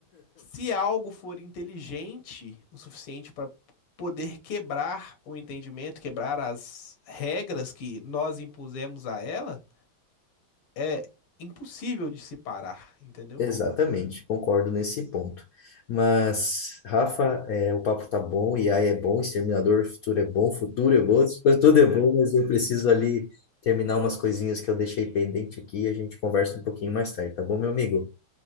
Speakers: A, on the left; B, on the left.
A: se algo for inteligente o suficiente para poder quebrar o entendimento, quebrar as regras que nós impusemos a ela é impossível de se parar, entendeu?
B: Exatamente, concordo nesse ponto. Mas, Rafa, é, o papo tá bom, AI é bom, Exterminador Futuro é bom, Futuro é bom, essas coisas tudo é bom, mas eu preciso ali terminar umas coisinhas que eu deixei pendente aqui e a gente conversa um pouquinho mais tarde, tá bom, meu amigo?